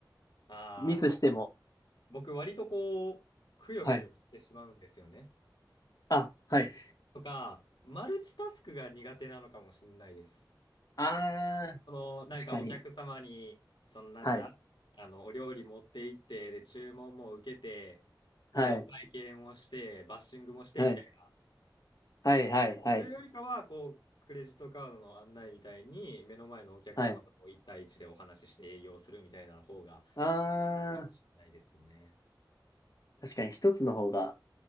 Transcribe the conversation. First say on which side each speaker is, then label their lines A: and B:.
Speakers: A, on the left; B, on the left.
A: あーでも
B: ミスしても。
A: 僕、割とこう、くよくよしてしまうんですよね。
B: はい。あ、はい。
A: とか、マルチタスクが苦手なのかもしれないです。
B: あ
A: その、なんかお客様に、
B: ー、確かに。
A: そのなんだ、
B: はい。
A: あの、お料理持って行って、で、注文も受けて、
B: はい。
A: で、お会計もして、バッシングもしてみたいな。
B: はい。はい。はい。はい。
A: というよりかは、こう、クレジットカードの案内みたいに、目の前のお客様とこう1対一でお話しして営業するみたいな方が、
B: はい。あ
A: かもしれないですよね。
B: ー、確かに一つの方が、